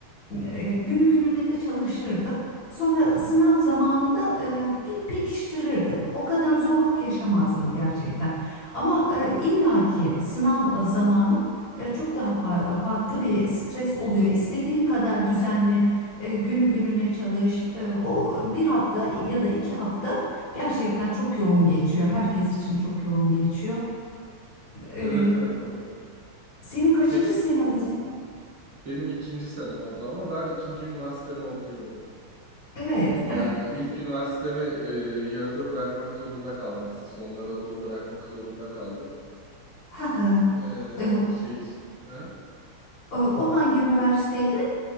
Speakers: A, on the right; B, on the left.
A: hı.
B: E, günü gününe de çalışırdım. Sonra sınav zamanı da e, bir pekiştirirdim. O kadar zorluk yaşamazdım gerçekten. Ama e, illaki sınav zamanı e, çok daha fa- farklı bir stres oluyor. İstediğin kadar düzenli e, günü gününe çalış. E, o bir hafta ya da iki hafta gerçekten çok yoğun geçiyor. Herkes için çok yoğun geçiyor.
A: Evet
B: E,
A: evet abla.
B: senin kaçıncı
A: Peki s-
B: sene bu sene?
A: benim ikinci senem abla ama ben ikinci üniversitemi okuyorum
B: Evet.
A: gibi yani
B: <laughs>
A: ilk üniversitemi e, yarıda bırakmak zorunda kaldım aslında sonlara doğru bırakmak zorunda kaldım.
B: Ha ha.
A: E,
B: E, o
A: şey he?
B: o hangi üniversiteydi?